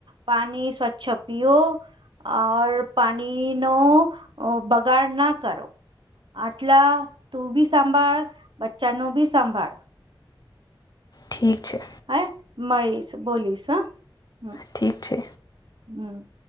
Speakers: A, on the right (about 70°); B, on the left (about 50°).
A: પાણી સ્વચ્છ પીઓ ઓર પાણીનો બગાડ ના કરો. આટલા તું બી સંંભાળ બચ્ચા નું બી સંંભાળ.
B: ઠીક છે.
A: હા મળીશ બોલીસ હા, હમ્મ.
B: ઠીક છે.
A: હમ્મ.